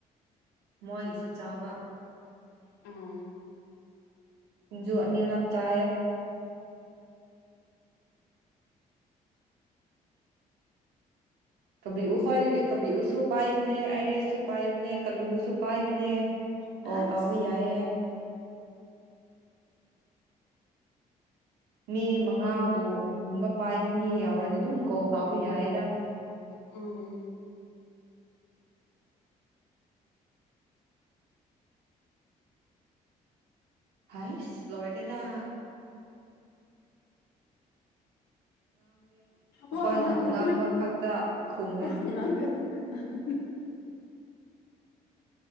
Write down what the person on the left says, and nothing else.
ꯎꯝ
ꯑꯁ
ꯎꯝ
ꯋꯥ ꯉꯥꯡꯒꯅꯨ
ꯋꯥ ꯉꯥꯡꯒꯅ ꯉꯥꯡꯒꯅꯨ꯫